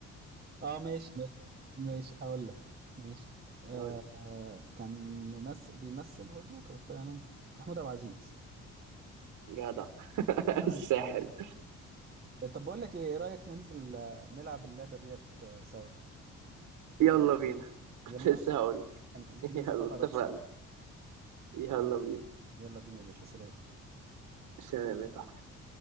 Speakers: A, on the right; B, on the right.
A: <laughs> اه ماشي ماشي ماشي هقول لك ماشي آه
B: هقول-
A: آه، كان بيمثل بيمثل هو جوكر فعلا محمود عبد العزيز
B: جدع <laughs>
A: <laughs>
B: الساحل
A: طب بقول لك ايه إيه رايك ننزل آه، نلعب اللعبه ديت آه، سوا
B: يلا بينا
A: يلا
B: كنت لسه هقول
A: أن- تيجي
B: يلا
A: نظبط
B: اتفقنا
A: على الواتساب
B: يلا بينا
A: يلا بينا يا باشا سلام
B: سلام يا صاحبي